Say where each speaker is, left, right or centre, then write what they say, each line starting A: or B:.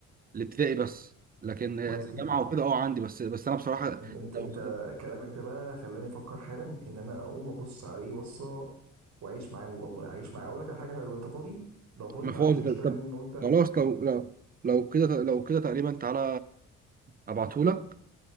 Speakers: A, on the right (about 30°); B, on the right (about 65°).
A: لابتدائي بس لكن آه،
B: كويس جدا
A: جامعه وكده اه عندي بس بس انا بصراحه
B: ان- انت
A: لو
B: انت كلامك ده بقى خلاني افكر حالا ان انا اقوم ابص عليه بصه واعيش معاه والله اعيش معاه اقول لك على حاجه حلوه انت فاضي لو فاضي
A: ما
B: ما
A: فاضي
B: عنديش
A: طب
B: مشكله
A: طب
B: ان انت
A: خلاص لو لو لو كده لو كده تقريبا تعالى ابعتهولك